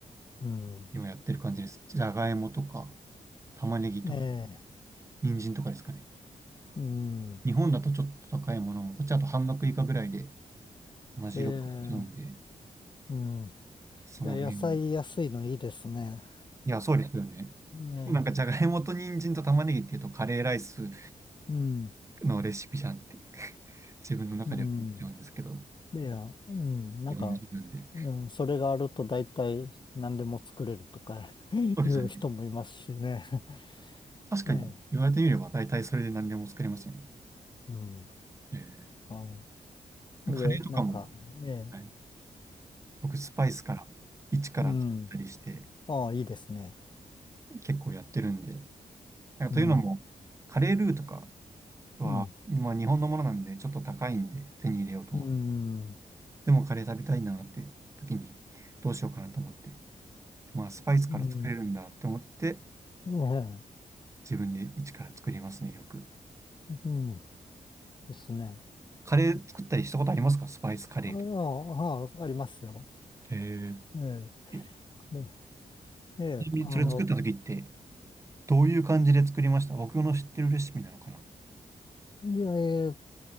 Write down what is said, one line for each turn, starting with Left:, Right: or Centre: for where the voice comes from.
Left: うん。
Right: 今やってる感じです。じゃがいもとか玉ねぎとか
Left: ええ。
Right: 人参とかですかね。
Left: うん。
Right: 日本だとちょっと高いものも、こっちだと半額以下ぐらいで同じ量買えちゃうんで、
Left: ええ。うん。い
Right: その辺。
Left: や、野菜安いのいいですね。
Right: いや、そうですよね。
Left: ええ。
Right: なんかじゃがいもと人参と玉ねぎっていうとカレーライス
Left: うん。
Right: のレシピじゃんって <laughs> 自分の中では思っちゃうんですけど、
Left: うん。いや、うん、なんか、
Right: 日本人なんで。
Left: うん、それがあると大体何でも作れるとか <laughs> いう人もいますしね。
Right: そうですよね。
Left: <laughs>
Right: 確かに、
Left: ええ、
Right: 言われてみれば大体それで何でも作れますよね。
Left: うん。
Right: え
Left: は
Right: ー、
Left: い。で、
Right: カレーとかも、
Left: なんか、ね
Right: はい、僕スパイスから一から作ったりして
Left: うん。ああ、いいですね。
Right: 結構やってるんで、なんかというのも、
Left: うん。
Right: カレールーとかは、
Left: うん。
Right: まあ、日本のものなんでちょっと高いんで手に入れようと思って、
Left: うん。
Right: でもカレー食べたいなって時にどうしようかなと思って、まあスパイスから作れるんだって思って
Left: うん。ね
Right: 自分で一から作りますね、よく。
Left: え、うん。ですね。
Right: カレー作ったりしたことありますかスパイスカレーとか。
Left: あ、ああ、あありますよ。
Right: え
Left: ええ、
Right: ーえ
Left: でええ、
Right: ちなみにそれ作った時って
Left: あの、
Right: どういう感じで作りました僕の知ってるレシピなのかな
Left: いや、えーっ